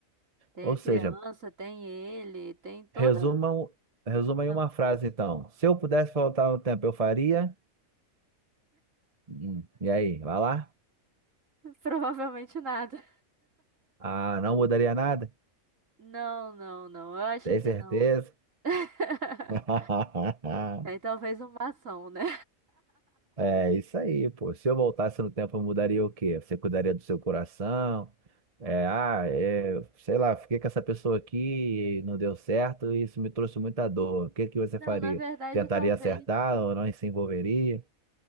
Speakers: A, on the right; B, on the right.
A: Tem
B: Ou
A: a criança,
B: seja,
A: tem ele, tem toda,
B: resuma, um- resuma aí
A: <laughs>
B: uma frase então. Se eu pudesse voltar no tempo, eu faria. Hum, E aí, vai lá?
A: provavelmente nada.
B: Ah, não mudaria nada?
A: Não, não, não. Eu acho
B: Tem
A: que
B: certeza?
A: não. <laughs>
B: <laughs>
A: É talvez uma ação, né?
B: É isso aí, pô. Se eu voltasse no tempo, eu mudaria o quê? Você cuidaria do seu coração? É, ah, é, sei lá, fiquei com essa pessoa aqui, não deu certo, e isso me trouxe muita dor. O que que você
A: Não,
B: faria?
A: na verdade,
B: Tentaria
A: talvez.
B: acertar ou não se envolveria?